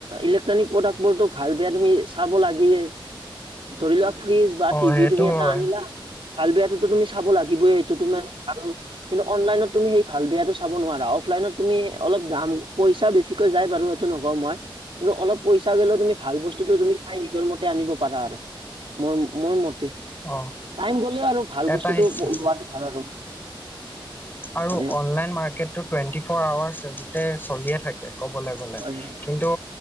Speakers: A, on the right (about 80°); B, on the left (about 20°).
A: ইলেক্ট্ৰনিক প্ৰডাক্ট বোৰো ভাল বেয়া তুমি চাব লাগিয়ে। ধৰি লোৱা ফ্ৰিজ বা
B: অ
A: টিভি
B: সেইটো
A: তুমি এটা
B: হয়
A: আনিলা। ভাল বেয়াটোতো তুমি চাব লাগিবই, সেইটো তোমাৰ ভাল কিন্তু অনলাইনত তুমি সেই ভাল বেয়াটো চাব নোৱাৰা, অফলাইনত তুমি অলপ দাম, পইচা বেছিকৈ যায় বাৰু সেইটো নকওঁ মই কিন্তু অলপ পইচা গ'লেও তুমি ভাল বস্তুতটো তুমি চাই নিজৰ মতে আনিব পাৰা আৰু, মোৰ মোৰ মতে।
B: অ
A: টাইম গ'লেও আৰু ভাল
B: এটা
A: বস্তুতটো
B: আহিছে
A: লোৱাটো ভাল আৰু।
B: আৰু
A: হয়
B: অনলাইন মাৰ্কেটটো টুৱেণ্টি ফ'ৰ আৱাৰ্চ গোটেই চলিয়ে থাকে ক'বলৈ গ'লে,
A: হয় হয় হয়
B: কিন ন্তু